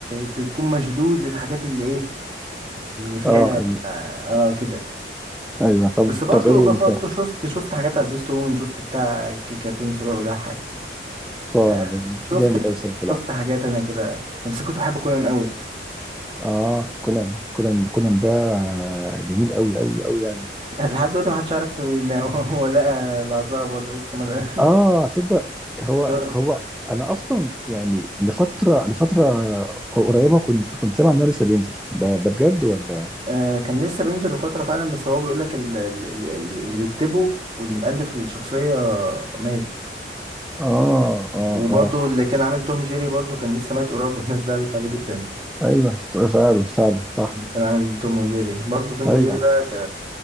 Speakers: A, on the right; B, in the centre.
A: بتكون مشدود للحاجات اللي ايه اللي فيها
B: اه ال-
A: اه, آه كده
B: ايوه طب
A: بس برضه
B: طب ايه
A: ب-
B: انت
A: برضه شفت شفت حاجات على سبيستون شفت بتاع ك- كرتون سابق ولا حاجة
B: اه
A: آه شفت
B: جامد
A: ال-
B: قوي السنه كلها
A: شفت حاجات انا كده انا بس كنت بحب كونان قوي
B: اه كونان كونان كونان ده جميل قوي قوي قوي يعني
A: <laughs> لحد دلوقتي محدش عارف ان هو لقى العذاب ولا لسه ما لقى.
B: اه صدق هو
A: <laughs>
B: هو انا اصلا يعني لفتره لفتره قريبه كنت كنت سامع ان هو لسه بينزل ده ده بجد ولا
A: آه كان لسه بينزل لفترة فعلا بس هو بيقول لك اللي بيكتبه واللي مؤلف الشخصية مات
B: اه اه
A: وبرضو
B: اه
A: اللي كان عامل توم جيري برضو كان لسه ميت قريب والناس زعلت عليه جدا
B: ايوه فعلا فعلا صح
A: اللي كان عامل توم وجيري برضو توم
B: ايوه
A: وجيري ده ك...